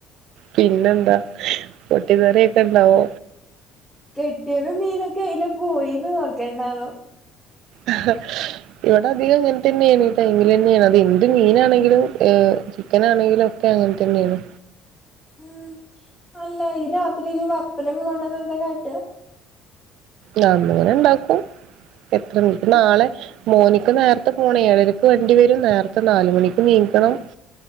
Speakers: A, on the right; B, in the centre.
A: പിന്നെന്താ പൊട്ടിത്തെറി ഒക്കെ ഇണ്ടാവോ
B: കെട്ട്യോനും മീനൊക്കെ എയിലെ പോയിന്ന് നോക്കണ്ടാവ
A: അഹ ഇവിടെ അധികം ഇങ്ങൻതന്നേണ്. ഈ ടൈമിലന്നേണ്. അതെന്ത് മീനാണെങ്കിലും ഏഹ് ചിക്കനാണെങ്കിലൊക് ക്ക അങ്ങൻ തന്നേണ്
B: ഉം അല്ല, ഈ രാത്രീല് വത്തലൊക്കെ കൊണ്ടന്ന എന്താ കാട്ട
A: ഞാങ്ങനെ ഇണ്ടാക്കൂ. എത്ര മി
B: അത്
A: നാളെ മോനിക്ക് നേർത്തെ പോണേ. ഏഴരക്ക് വണ്ടി വരും. നേർത്തെ നാല് മണിക്ക് നീക്കണം